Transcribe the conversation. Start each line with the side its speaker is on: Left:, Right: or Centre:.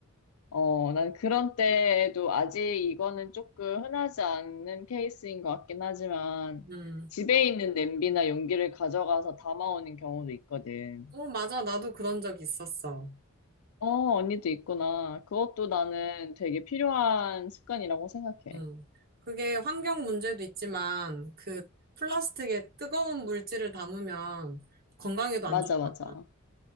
Left: 어, 난 그런 때에도 아직 이거는 조금 흔하지 않는 케이스인 것 같긴 하지만
Right: 음,
Left: 집에 있는 냄비나 용기를 가져가서 담아오는 경우도 있거든.
Right: 어, 맞아. 나도 그런 적 있었어.
Left: 어, 언니도 있구나. 그것도 나는 되게 필요한 습관이라고 생각해.
Right: 음, 그게 환경 문제도 있지만 그 플라스틱에 뜨거운 물질을 담으면 건강에도
Left: 맞아,
Right: 안 좋잖아.
Left: 맞아.